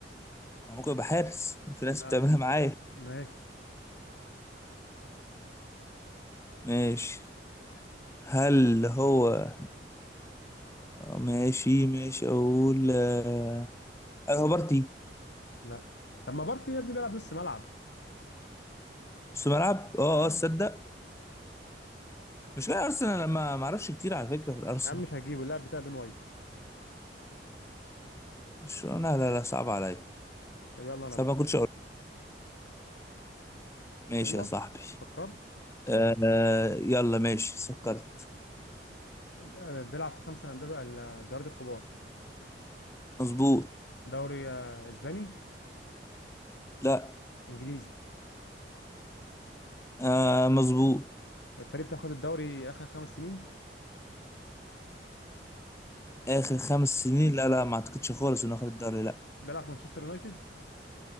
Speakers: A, on the left (about 15°); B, on the left (about 85°).
A: هو ممكن يبقى حارس في ناس
B: لا
A: بتعملها معايا
B: ماشي
A: ماشي هل هو آه، ماشي ماشي اقول آه، هل هو بارتي
B: لا طب ما بارتي يا ابني بيلعب نص ملعب
A: نص ملعب اه
B: اه
A: اه تصدق مش كده ارسنال لما ما ما اعرفش كتير على فكره في الارسنال
B: يا عم مش هجيبه اللاعب بتاع بين وايت
A: مش لا لا لا صعب عليا
B: طب يلا انا
A: صعب
B: بقى
A: ما كنتش اقول ماشي
B: يلا
A: يا صاحبي
B: فكرت
A: آه يلا ماشي سكرت
B: آه، بيلعب في الخمسه الانديه الدوريات الكبار
A: مظبوط
B: دوري آه، اسباني
A: لا
B: انجليزي
A: آه مظبوط
B: الفريق بتاخد الدوري اخر خمس سنين
A: اخر خمس سنين لا لا ما اعتقدش خالص انه اخد الدوري لا
B: بيلعب في مانشستر يونايتد